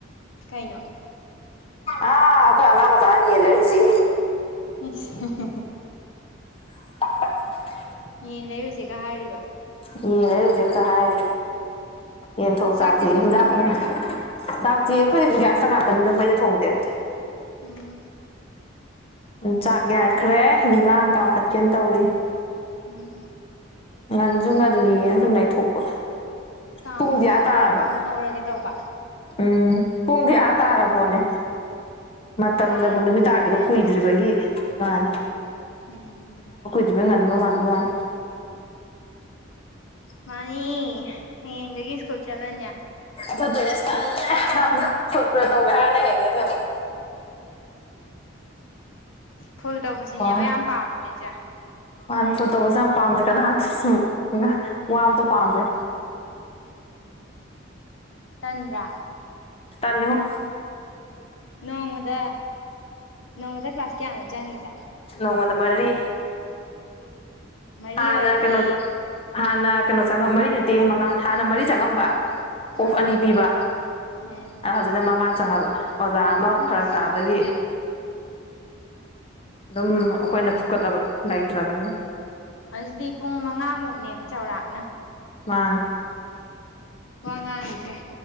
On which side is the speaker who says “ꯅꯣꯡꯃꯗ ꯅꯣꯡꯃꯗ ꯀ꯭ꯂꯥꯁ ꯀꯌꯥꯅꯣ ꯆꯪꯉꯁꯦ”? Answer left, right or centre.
Left